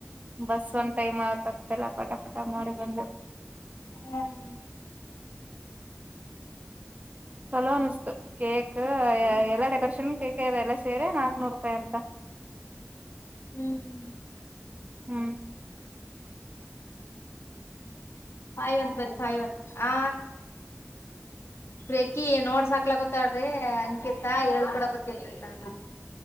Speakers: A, on the right; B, on the left.
A: ಬಸ್ ಒಂದ್ ಟೈಮ್ ಆಕ್ ಆಗ್ತಲ್ಲ ಪಟ ಪಟ ಮಾಡಿ ಬಂದೆ.
B: ಹ್ಮ್
A: ಚಲೋ ಅನಿಸ್ತು ಕೇಕ್ ಎಲ್ಲಾ ಡೆಕೋರೇಷನ್ ಕೇಕ್ ಅದು ಎಲ್ಲಾ ಸೇರಿ ನಾಕ್ನೂರು ರೂಪಾಯಿ ಅಂತ.
B: ಹ್ಮ್
A: ಹ್ಮ್
B: ಸಾಯಿವಂತ್ ಬರಿ ಸಾಯಿವ ಹಾ ಇಕ್ಕಿ ನೋಡ್ ಸಾಕ್ಲ ಗತಾಳ್ರಿ ಅಂಕಿತಾ ಹೇಳ ಕೂಡಗತ್ತನ್ರಿ ನಾನು.